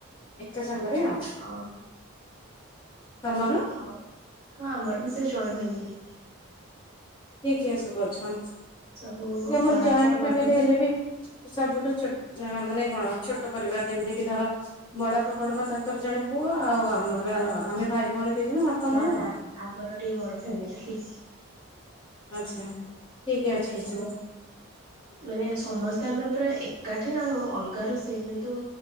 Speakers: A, on the left; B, on the right.
A: ଏକା ସାଙ୍ଗରେ ଆଉ।
B: ଓହୋ
A: ତମର
B: ହ ହଁ ଆମର ବି ସେ ଜଏଣ୍ଟ ଫାମିଲି।
A: କିଏ କିଏ ସବୁ ଅଛନ୍ତି?
B: ସବୁ ବଡାଆପା
A: ଆମର ଜଏଣ୍ଟ
B: ବଡମା
A: ଫ୍ୟାମିଲି ହେଲେ ବି ସବୁଠୁ ମାନେ କଣ ଛୋଟ ପରିବାର ଯେମିତି କିି ଧର ବଡାଆପା ବଡ ମା ତାଙ୍କର ଜଣେ ପୁଅ ଆଉ ଆମର ଆମେ ଭାଇ ଭଉଣୀ ଦି ଜଣ ବାପା।
B: ନା
A: ମା
B: ନା
A: ଆଉ।
B: ଆମର ଟିକେ ବଡ ଫ୍ୟାମିଲି।
A: ଆଚ୍ଛା ଠିକ୍ ଅଛ
B: ମାନେ
A: ତ।
B: ମାନେ ସମସ୍ତେ ଆମେ ପୁରା ଏକାଠି ନାହୁଁ ଅଲଗା ରୋଷେଇ କିନ୍ତୁ